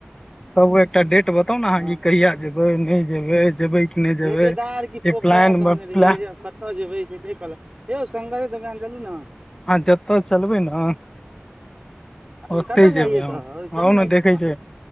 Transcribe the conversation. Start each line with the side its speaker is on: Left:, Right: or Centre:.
Left: तबो एकटा डेट बताउ ने अहाँ,
Right: हँ
Left: की कहिया जेबै नहि जेबै जेबै- कि नहि
Right: <unintelligible>
Left: जेबै
Right: की पोखरा
Left: ई प्लान
Right: कहने
Left: प्लान
Right: रहियै आब- कतय जेबै से कहलक, यौ शंकरे दोकान चलू ने!
Left: अहाॅं जतय चलबै ने-
Right: अभी
Left: ओतहि
Right: कतऽ जाइये
Left: जेबै हम,
Right: तऽ चलू
Left: आउ ने
Right: ई
Left: देखै
Right: दुकान
Left: छै!